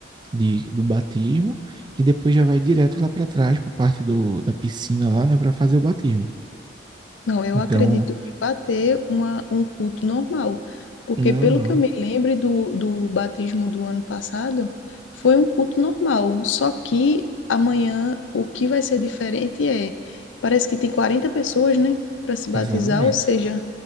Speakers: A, on the right; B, on the left.
A: de, do batismo, e depois já vai direto lá para trás, para a parte do, da piscina lá, né, para fazer o batismo.
B: Não, eu
A: Então,
B: acredito que vai ter uma, um culto normal, porque
A: não,
B: pelo
A: não,
B: que eu me lembro do, do batismo do ano passado, foi um culto normal, só que amanhã o que vai ser diferente é, parece que tem 40 pessoas, né, para se batizar,
A: exatamente.
B: ou seja,